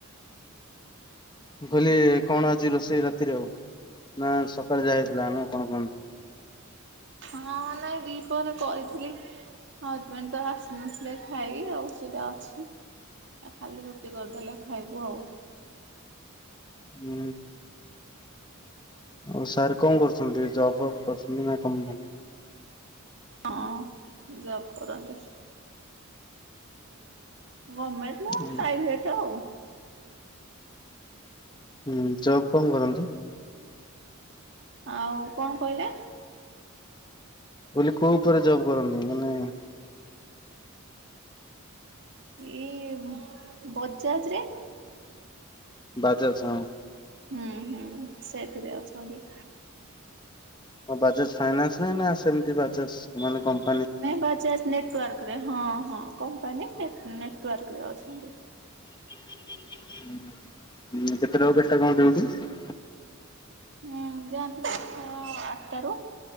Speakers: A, on the left; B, on the right.
A: ମୁଁ କହିଲି କଣ ଆଜି ରୋଷେଇ ରାତିରେ ଆଉ? ନା ସକାଳେ ଯାହା ହେଇଥିଲା କଣ କହନ୍ତି।
B: ହଁ ନାଇଁ ଦି ପହରେ କରିଥିଲି। ହଜବେଣ୍ଡ୍ ତ ଆସିନଥିଲେ ଖାଇବି ଆଉ ସେଟା ଅଛି। ଆଉ ଖାଲି ରୁଟି କରିଦେଲେ ଖାଇବୁ ଆଉ।
A: ହୁଁ। ଆଉ ସାର୍ କଣ କରୁଚନ୍ତି? ଜବ୍ ଫବ୍ କରୁଛନ୍ତି ନା କଣ?
B: ହଁ ଜବ୍ କରନ୍ତି। ଗମେଣ୍ଟ ନା
A: ହୁଁ
B: ପ୍ରାଇଭେଟ୍ ଆଉ।
A: ହୁଁ ଜବ୍ କଣ କରନ୍ତି?
B: ଆଉ କଣ କହିଲେ?
A: ମୁଁ କହିଲି କୋଉ ଉପରେ ଜବ୍ କରନ୍ତି? ମାନେ।
B: ଏଇ ବଜାଜରେ।
A: ବାଜାଜ୍ ହଁ।
B: ହୁଁ ହୁଁ ସେଥିରେ ଅଛନ୍ତି।
A: ବାଜାଜ ଫାଇନାନ୍ସ୍ ନା ନା ସେମତି ବାଜାଜ ମାନେ କମ।
B: ନାଇଁ ବାଜାଜ ନେଟ୍ୱାର୍କରେ ହଁ ହଁ କମ୍ପାନୀ ନେଟ୍ୱାର୍କରେ ଅଛନ୍ତି।
A: ହଁ କେତେଟାରୁ କେତେଟା କଣ ଡ୍ୟୁଟି?
B: ହୁଁ ଯାଆନ୍ତି ଆଟାରୁ